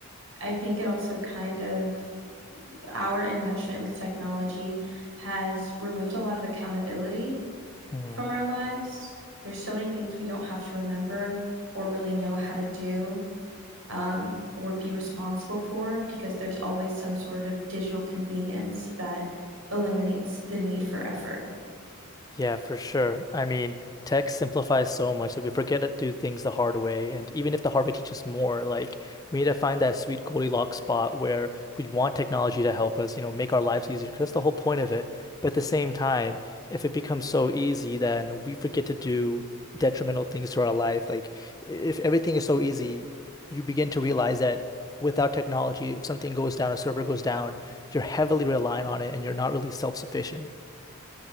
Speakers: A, on the right (about 65°); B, on the left (about 15°).
A: I think it also kind of our enmeshment with technology has removed a lot of accountability
B: hmm
A: from our lives. There's so many things we don't have to remember or really know how to do um, or be responsible for because there's always some sort of digital convenience that eliminates the need for effort.
B: Yeah, for sure. I mean, tech simplifies so much that we forget to do things the hard way. And even if the hard way teaches more, like we need to find that sweet Goldilocks spot where we want technology to help us, you know, make our lives easier, because that's the whole point of it. But at the same time, if it becomes so easy, then we forget to do detrimental things to our life. Like i- if everything is so easy, you begin to realize that without technology, if something goes down, a server goes down, you're heavily reliant on it and you're not really self-sufficient.